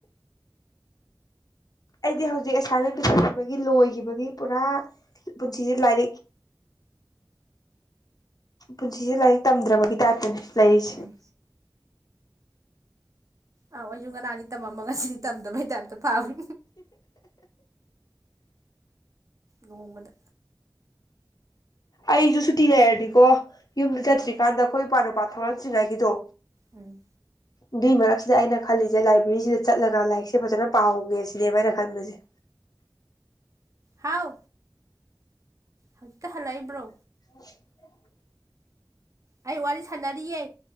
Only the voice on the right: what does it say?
ꯑꯩ ꯑꯧ ꯑꯩꯁꯨ ꯉꯅꯥꯅꯤ ꯇꯝꯃꯝꯃ ꯉꯁꯤꯗꯤ ꯇꯝꯗꯕꯩ ꯇꯥꯏꯞꯇ ꯐꯥꯎꯏ ꯅꯣꯡꯃꯗ
ꯎꯝ
ꯍꯥꯎ ꯍꯧꯖꯤꯛꯇ ꯍꯜꯂꯛꯏꯕꯔꯣ
ꯑꯩ ꯋꯥꯔꯤ ꯁꯥꯟꯅꯔꯤꯌꯦ